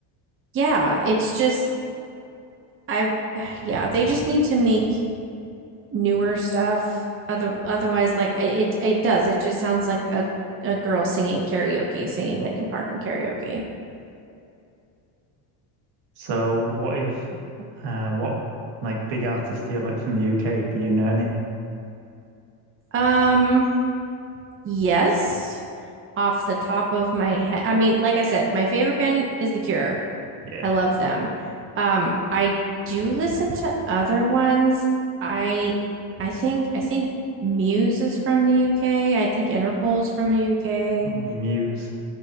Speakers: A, on the right; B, on the right.
A: yeah, it's just I <sighs> yeah, they just need to make newer stuff. Other otherwise, like it it does. It just sounds like a a girl singing karaoke, singing like in park and karaoke.
B: So what if uh what like big artists do you like from the UK? Do you know any?
A: Um, yes, off the top of my head. I mean, like I said, my favorite band is The Cure.
B: Yeah.
A: I love them. Um, I do listen to other ones. I I think I think Muse is from the UK. I think Interpol's from the UK.
B: Oh, Muse.